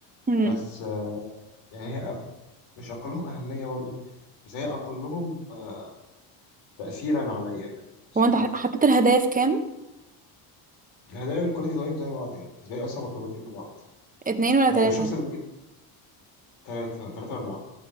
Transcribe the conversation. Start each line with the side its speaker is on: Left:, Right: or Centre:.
Right: امم
Left: بس آه، يعني هي أ- مش أقلهم أهمية برضه بس هي أقلهم آه، تأثيرا عليا يعني بس
Right: هو انت
Left: مش
Right: ح-
Left: أكتر
Right: حطيت الهدايا في كام
Left: الهدايا والكواليتي تايم زي بعض يعني بالنسبة لي أصلا مرتبطين ببعض
Right: اتنين ولا
Left: يعني
Right: تلاته
Left: الشخص اللي بيجيب تلاتة تلاتة أربعة